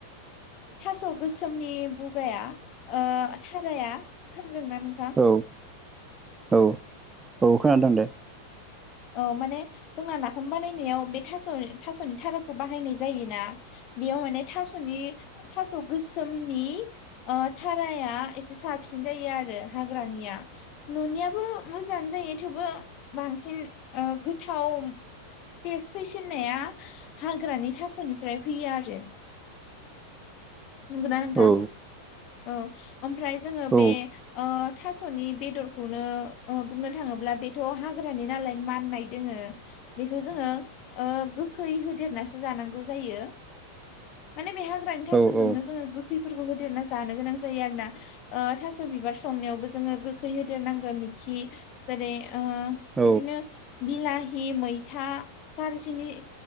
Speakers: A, on the left; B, on the right.
A: थास' गोसोमनि बुगाया थाराया दोंना नोंथां?
B: औ औ औ खोनादों दे।
A: औ माने जोंना नाफाम बानायनायाव बे थास' थास'नि थाराखौ बाहायनाय जायोना बेयाव माने थास'नि थास' गोसोमनि थराया एसे साब सिन जायो आरो हाग्रानिया न'नियाबो मोजाङानो जायो थेवबो बांसिन गोथाव टेस्ट फैसिन्नाया हाग्रानि थास'निफ्राय फैयो आरो। नंगौना नोंथां
B: औ
A: औ ओमफ्राय जोङो
B: औ
A: बे थास'नि बेदरखौनो बुंनो थाङोब्ला बेथ' हाग्रानि नालाय माननाय दोङो। बेखौ जोङो गोखै होदेरनासो जानांगौ जायो माने बेहा
B: औ
A: <unintelligible> जोङो गोैखै फोरखौ होदेरना जानो गोनां जायो आरो ना थास' बिबार संनायावबो जोङो गोखै होदेरनांगो मिखि खि जेरै
B: औ
A: बिदिनो बिलाहि मैथा कारजिनि